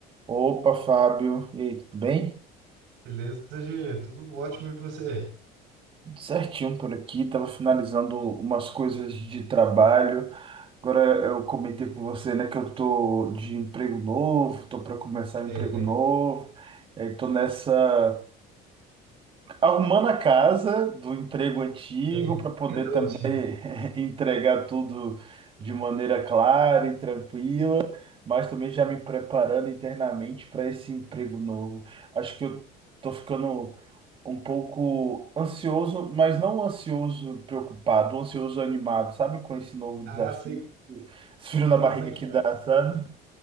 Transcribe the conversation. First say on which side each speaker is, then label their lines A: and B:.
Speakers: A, on the right; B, on the right.
A: Opa, Fábio. E aí, tudo bem?
B: Beleza, G, tudo ótimo e você?
A: Tudo certinho por aqui. estava finalizando umas coisas de trabalho. Agora eu comentei com você, né, que eu tô de emprego novo, tô para começar
B: É,
A: um emprego novo. Estou nessa arrumando a casa do emprego antigo
B: é,
A: para poder
B: é doente.
A: também <laughs> entregar tudo de maneira clara e tranquila, mas também já me preparando internamente para esse emprego novo. Acho que eu tô ficando um pouco ansioso, mas não ansioso preocupado, ansioso animado, sabe? Com esse novo
B: Ah,
A: desafio,
B: sei,
A: <laughs> esse frio na
B: sei
A: barriga
B: como é que
A: que
B: é.
A: dá, sabe?